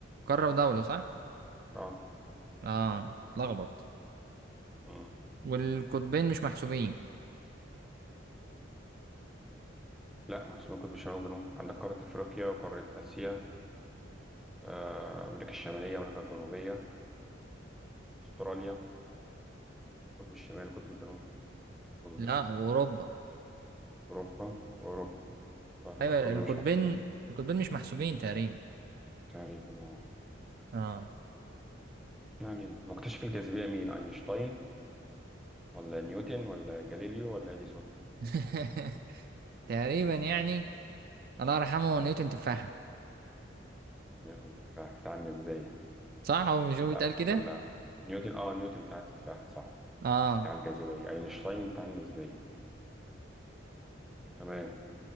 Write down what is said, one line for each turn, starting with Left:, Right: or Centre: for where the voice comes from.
Right: قاره ودوله صح
Centre: اه
Right: اه لخبط
Centre: مم.
Right: والقطبين مش محسوبين
Centre: لا محسوبين قطب شمال وجنوب عندك قارة افريقيا وقارة اسيا آه، امريكا الشمالية امريكا الجنوبية استراليا قطب الشمال قطب الجنوب قطبين
Right: لا واوروبا
Centre: اوروبا اوروبا اه
Right: ايوه
Centre: يبقى القطب
Right: القطبين
Centre: مش محسوبين
Right: القطبين مش محسوبين تقريبا
Centre: تقريبا اه
Right: اه
Centre: ما علينا مكتشف الجاذبية مين اينشتاين ولا نيوتن ولا جاليليو ولا اديسون
Right: <laughs> تقريبا يعني الله يرحمه نيوتن تفاحة
Centre: نيوتن بتاع بتاع النسبية
Right: صح هو مش هو
Centre: لا
Right: بيتقال كده
Centre: ولا نيوتن اه نيوتن بتاع التفاحة صح
Right: اه
Centre: بتاع الجاذبية اينشتاين بتاع النسبية تمام